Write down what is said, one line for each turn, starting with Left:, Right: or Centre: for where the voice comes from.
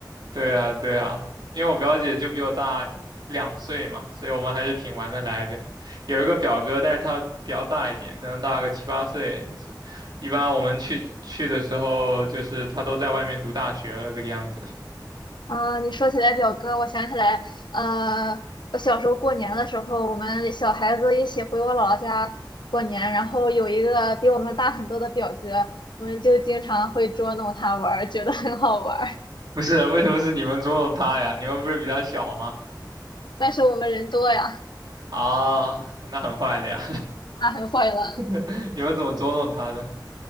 Right: 对啊，对啊，因为我表姐就比我大两岁嘛，所以我们还是挺玩得来的。有一个表哥，但是他比较大一点，可能大个七八岁。是一般我们去去的时候，就是他都在外面读大学了这个样子。
Left: 啊，你说起来表哥，我想起来，呃，我小时候过年的时候，我们小孩子一起回我姥姥家过年，然后有一个比我们大很多的表哥，我们就经常会捉弄他玩儿，觉得很好玩
Right: 不是，为什么是你们捉弄他呀？你们不是比他小吗？
Left: 但是我们人多呀，
Right: 啊，那很坏了呀，
Left: 那很坏了。
Right: <laughs> 你们怎么捉弄他的？